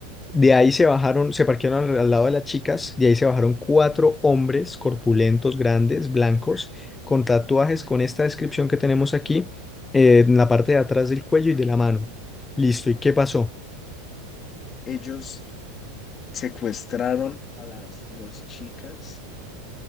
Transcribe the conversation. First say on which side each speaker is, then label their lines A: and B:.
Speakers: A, on the left; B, on the left.
A: De ahí se bajaron, se parquearon al, al lado de las chicas, de ahí se bajaron cuatro hombres corpulentos, grandes, blancos, con tatuajes con esta descripción que tenemos aquí eh, en la parte de atrás del cuello y de la mano. Listo, ¿y qué pasó?
B: Ellos secuestraron a las dos chicas